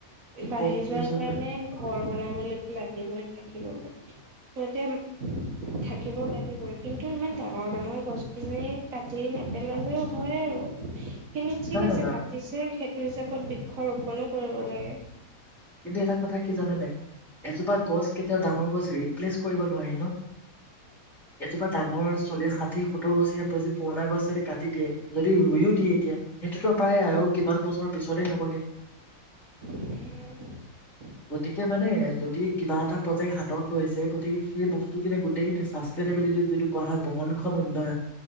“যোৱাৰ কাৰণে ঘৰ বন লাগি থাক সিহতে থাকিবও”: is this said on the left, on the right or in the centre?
Right